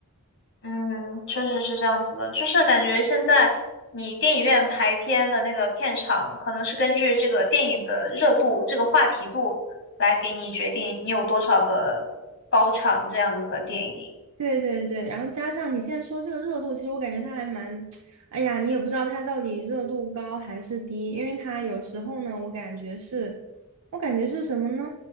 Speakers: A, on the left; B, on the right.
A: 嗯，确实是这样子的，就是感觉现在你电影院排片的那个片场，可能是根据这个电影的热度、这个话题度来给你决定你有多少的包场这样子的电影。
B: 对对对，然后加上你现在说这个热度，其实我感觉它还蛮，<tsk> 哎呀，你也不知道它到底热度高还是低，因为它有时候呢，我感觉是，我感觉是什么呢？